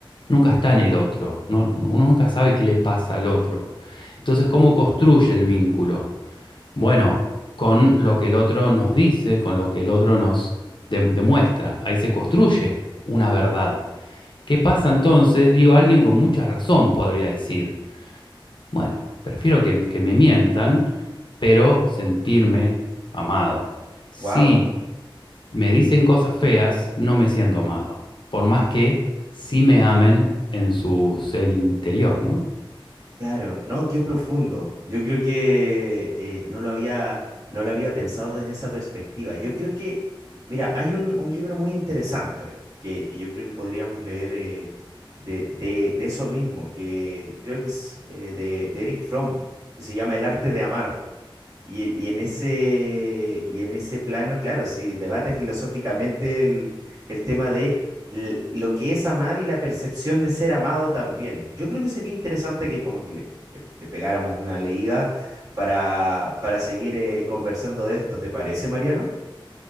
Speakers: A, on the left; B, on the right.
A: nunca está en el otro, no- uno nunca sabe qué le pasa al otro. Entonces, ¿cómo construye el vínculo? Bueno, con lo que el otro nos dice, con lo que el otro nos de- demuestra, ahí se construye una verdad. ¿Qué pasa entonces? Digo, alguien con mucha razón podría decir, bueno, prefiero que, que me mientan, pero sentirme amado. Si
B: Wow.
A: me dicen cosas feas, no me siento amado, por más que sí me amen en su ser interior, ¿no?
B: Claro, no, qué profundo. Yo creo que eh, no lo había, no lo había pensado desde esa perspectiva. Yo creo que, mira, hay un, un libro muy interesante que, que yo creo que podríamos leer eh, de, de, de eso mismo, que creo que es eh, de, de Eric Fromm, que se llama El arte de amar. Y, y en ese, y en ese plano, claro, sí, debate filosóficamente el, el tema de l- lo que es amar y la percepción de ser amado también. Yo creo que sería interesante que como que le, le- le pegáramos una leída para, para seguir eh, conversando de esto. ¿Te parece, Mariano?